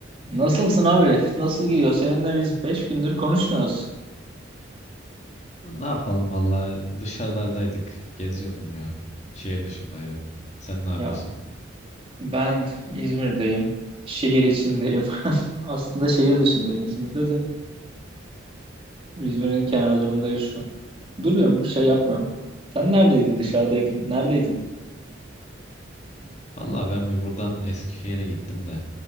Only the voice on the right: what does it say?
Nasılsın abi? Nasıl gidiyor? Seninle biz 5 gündür konuşmuyoruz.
Ya ben İzmir'deyim. Şehir içindeyim. <laughs> Aslında şehir dışındayım İzmir'de de. İzmir'in kenarlarında yaşıyorum. Duruyorum, bir şey yapmıyorum. Sen neredeydin? Dışarıdaydın. Neredeydin?